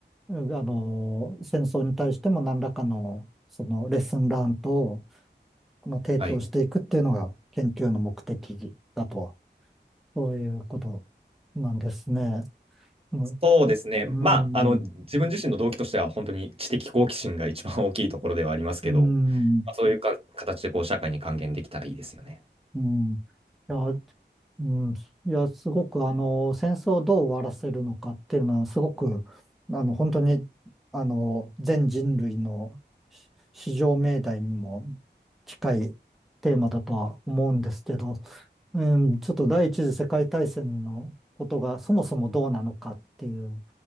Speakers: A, in the centre; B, on the right.
A: あの、戦争に対しても何らかの、そのレッスンラントをこの提供していくっていうのが研究の目的だとは、
B: はい。
A: そういうことなんですね。うん
B: そうですね。
A: うん、
B: まあ、あの、自分自身の動機としては、
A: う
B: 本当に知的好奇心が一番大きいところではありますけど、
A: ん、
B: まあ、そういうか形でこう社会に還元できたらいいですよね。
A: うん。いや、うん、いや、すごく、あの、戦争をどう終わらせるのかっていうのは、すごく、あの、本当に、あの、全人類のし至上命題にも近いテーマだとは思うんですけど、うん、ちょっと第一次世界大戦のことがそもそもどうなのかっていう、